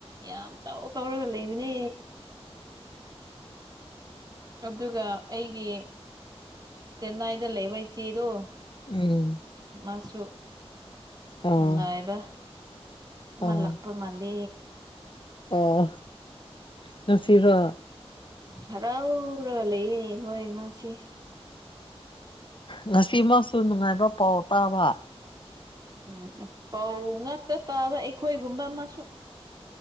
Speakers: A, on the right; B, on the left.
A: ꯌꯥꯝ ꯇꯧ ꯇꯧꯔꯒ ꯂꯩꯕꯅꯦ ꯑꯗꯨꯒ ꯑꯩꯒꯤ ꯇꯦꯠ ꯅꯥꯏꯟꯗ ꯂꯩꯕ ꯏꯆꯦꯗꯣ
B: ꯎꯝ
A: ꯃꯥꯁꯨ
B: ꯑꯥ
A: ꯅꯨꯡꯉꯥꯏꯕ ꯃꯜꯂꯛꯄꯃꯜꯂꯤ
B: ꯑꯥ ꯑꯣ ꯉꯁꯤꯔꯣ
A: ꯍꯔꯥꯎꯔꯒ ꯂꯩꯌꯦ ꯍꯣꯏ ꯃꯥꯁꯤ
B: ꯉꯁꯤꯃꯁꯨ ꯅꯨꯡꯉꯥꯏꯕ ꯄꯥꯎ ꯇꯥꯕ
A: ꯎꯝ ꯄꯥꯎ ꯉꯥꯛꯇ ꯇꯥꯕ ꯑꯩꯈꯣꯏꯒꯨꯝꯕ ꯑꯃꯁꯨ